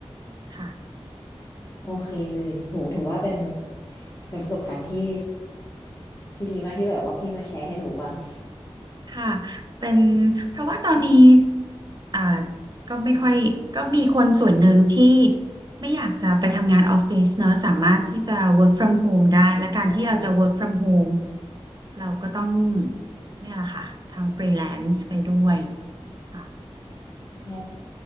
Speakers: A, on the right; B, on the left.
A: ค่ะ
B: โอเคเลยโหถือว่าเป็นเป็นประสบการณ์ที่ที่ดีมากที่แบบว่าพี่มาแชร์ให้หนูฟัง
A: ค่ะเป็นเพราะว่าตอนนี้อ่าก็ไม่ค่อยก็มีคนส่วนหนึ่งที่ไม่อยากจะไปทำงานออฟฟิศเนอะสามารถที่จะ work from home ได้และการที่เราจะ
B: ใช้
A: work from home เราก็ต้องเนี่ยแหละค่ะทำ freelance ไปด้วยค่ะ
B: ใช่